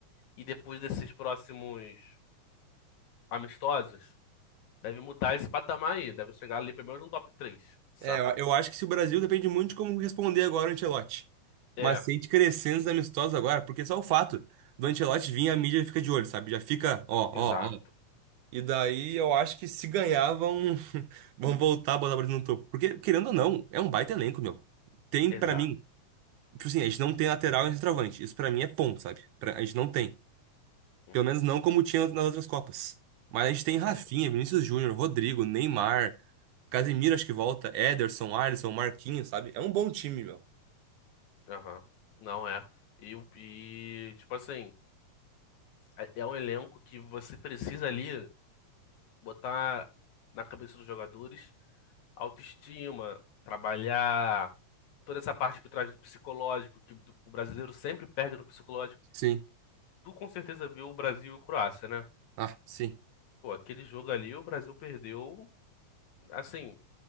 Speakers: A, on the left; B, on the right.
A: e depois desses próximos amistosos, deve mudar esse patamar aí, deve chegar ali pelo menos no top três saca?
B: É, eu eu acho que se o Brasil depende muito de como responder agora o Ancelotti.
A: É,
B: Mas se a gente crescer nos amistosos agora, porque só o fato do Ancelotti vir, a mídia fica de olho, sabe? Já fica, ó,
A: exato,
B: ó, ó. E daí eu acho que se ganhar, vão, <laughs> vão voltar a botar o Brasil no topo. Porque, querendo ou não, é um baita elenco, meu. Tem,
A: exato.
B: pra mim. Tipo assim, a gente não tem lateral e centroavante. Isso pra mim é ponto, sabe? Pra- a gente não tem.
A: Uhum,
B: Pelo menos não como tinha nas outras Copas. Mas a gente tem
A: com certeza.
B: Rafinha, Vinícius Júnior, Rodrigo, Neymar, Casemiro, acho que volta, Ederson, Alisson, Marquinhos, sabe? É um bom time, meu.
A: Aham, não é. E, o- e, tipo assim. É é um elenco que você precisa ali botar na cabeça dos jogadores autoestima, trabalhar toda essa parte por trás do psicológico, que do- o brasileiro sempre perde no psicológico.
B: Sim.
A: Tu com certeza viu o Brasil e o Croácia, né?
B: Ah, sim.
A: Pô, aquele jogo ali, o Brasil perdeu, assim,